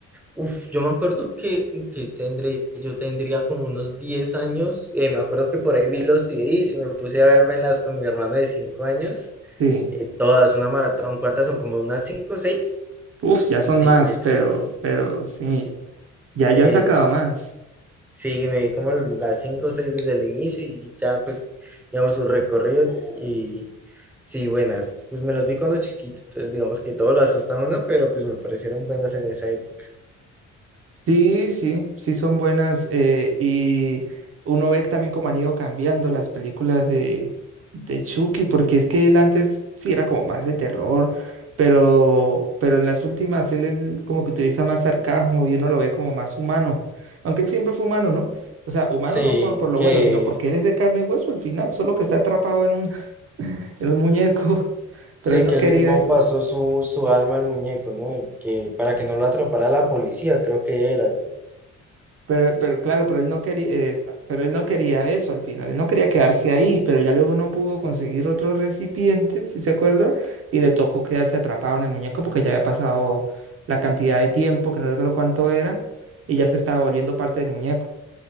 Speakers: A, in the centre; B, on the right.
A: Uf, yo me acuerdo que, que tendré, yo tendría como unos 10 años. eh, me acuerdo que por ahí vi los CDs y me puse a vermelas con mi hermano de 5 años.
B: Sí.
A: eh, todas, una maratón. ¿Cuántas son? Como unas 5 o 6
B: Uf, ya son
A: antigüitas.
B: más, pero, pero sí, ya,
A: Eh,
B: ya han sacado
A: s-
B: más.
A: sí, me vi como las 5 o 6 desde el inicio y ya pues, digamos, su recorrido y sí, buenas. Pues me las vi cuando chiquito, entonces digamos que todo lo asusta a uno, pero pues me parecieron buenas en esa época.
B: Sí, sí, sí son buenas eh, y uno ve también cómo han ido cambiando las películas de, de Chucky, porque es que él antes sí era como más de terror, pero, pero en las últimas él, él como que utiliza más sarcasmo y uno lo ve como más humano, aunque él siempre fue humano, ¿no? O sea, humano
A: Sí,
B: no por, por lo
A: que...
B: bueno, sino porque él es de carne y hueso al final, solo que está atrapado en un, <laughs> en un muñeco, <laughs> pero
A: Sí,
B: él no
A: que
B: quería
A: él mismo
B: eso.
A: pasó su, su alma al muñeco, ¿no? El Que para que no lo atrapara la policía, creo que era.
B: Pero, pero claro, pero él no quería, eh, pa- pero él no quería eso al final, él no quería quedarse ahí, pero ya luego no pudo conseguir otro recipiente, si se acuerda, y le tocó quedarse atrapado en el muñeco porque ya había pasado la cantidad de tiempo, que no recuerdo cuánto era, y ya se estaba volviendo parte del muñeco.